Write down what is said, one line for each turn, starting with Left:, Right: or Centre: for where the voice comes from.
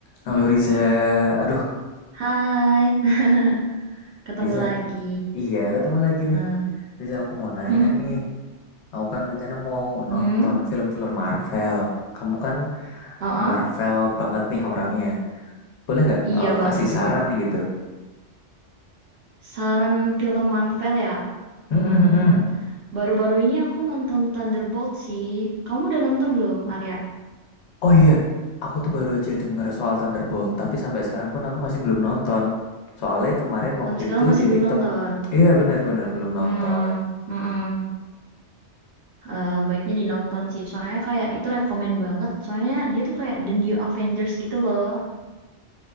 Left: Halo Riza, aduh
Right: Hai, <laughs> ketemu
Left: Riza,
Right: lagi.
Left: iya ketemu lagi
Right: Nah,
Left: nih. Riza aku mau nanya
Right: <laughs>
Left: nih, aku kan rencana mau
Right: Hmm,
Left: nonton film-film Marvel. Kamu kan
Right: uh
Left: Marvel banget nih orangnya. Boleh nggak
Right: Iya
Left: eh,
Right: banget
Left: kasih
Right: sih.
Left: saran gitu?
Right: Saran film Marvel ya.
Left: Hmm,
Right: Hmm,
Left: hmm, hmm, hmm.
Right: baru-baru ini aku nonton Thunderbolt sih. Kamu udah nonton belum, Arya?
Left: Oh iya, aku tuh baru aja denger soal Thunderbolt, tapi sampai sekarang pun aku masih belum nonton. Soalnya kemarin waktu
Right: Sampai sekarang
Left: itu
Right: masih
Left: di
Right: belum
Left: TikTok,
Right: nonton.
Left: iya benar-benar belum
Right: Hmm,
Left: nonton.
Right: mm-mm. Eh, baiknya dinonton sih. Soalnya kayak itu rekomen banget. Soalnya dia tuh kayak The New Avengers gitu loh.